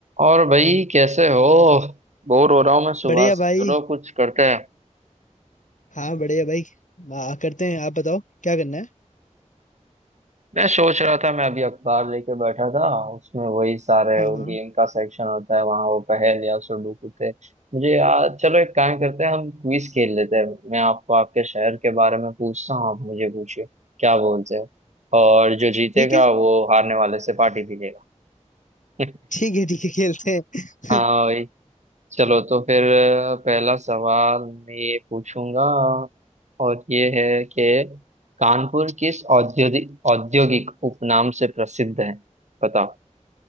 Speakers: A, on the right; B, on the left.
A: और भाई कैसे हो बोर हो रहा हूँ मैं सुबह
B: बढ़िया
A: से
B: भाई
A: चलो कुछ करते हैं
B: हाँ बढ़िया भाई आ, करते हैं आप बताओ क्या करना है
A: मैं सोच रहा था मैं अभी अखबार लेके बैठा था उसमें वही सारे
B: हाँ
A: वो
B: हाँ
A: गेम का सेक्शन होता है वहाँ वो पहेलियाँ सुडोकू थे मुझे याद चलो एक काम करते हैं हम क्विज खेल लेते हैं मैं आपको आपके शहर के बारे में पूछता हूँ आप मुझे पूछिए क्या बोलते हो और जो जीतेगा
B: ठीक है
A: वो हारने वाले से पार्टी भी लेगा <laughs>
B: ठीक है ठीक है खेलते हैं
A: हाँ चलो तो फिर अ, पहला सवाल मैं ये पूछूंगा और ये है कि कानपुर किस औद्योगिक औद्योगिक उपनाम से प्रसिद्ध है बताओ